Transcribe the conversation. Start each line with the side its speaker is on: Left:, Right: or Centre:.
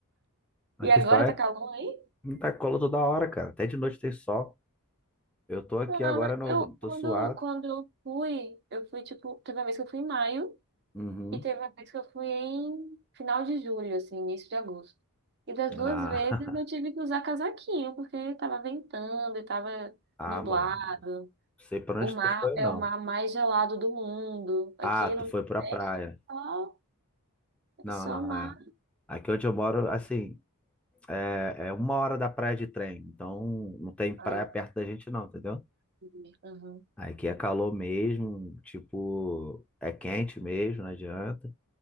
Centre: Aqui
Right: E agora
Centre: só é
Right: tá calor aí?
Centre: muita cola toda hora, cara. Até de noite tem sol. Eu tô aqui
Right: Ah,
Centre: agora,
Right: mas
Centre: no,
Right: eu,
Centre: tô
Right: quando,
Centre: suado.
Right: quando eu fui, eu fui, tipo, teve uma vez que eu fui em maio
Centre: Uhum.
Right: e teve uma vez que eu fui em final de julho, assim, início de agosto. E das duas
Centre: Ah,
Right: vezes eu
Centre: <laughs>
Right: tive que usar casaquinho, porque tava ventando e tava
Centre: ah,
Right: nublado.
Centre: mano. Não sei pra
Right: O
Centre: onde
Right: mar
Centre: tu foi,
Right: é
Centre: não.
Right: o mar mais gelado do mundo. Aqui
Centre: Ah, tu
Right: no
Centre: foi
Right: Nordeste
Centre: pra praia.
Right: é só,
Centre: Não,
Right: é só
Centre: não,
Right: mar.
Centre: é. Aqui onde eu moro, assim, é, é uma hora da praia de trem. Então, não tem praia
Right: Ah,
Centre: perto da gente, não, entendeu?
Right: entendi. Uhum,
Centre: Aqui é calor mesmo, tipo, é quente mesmo, não adianta.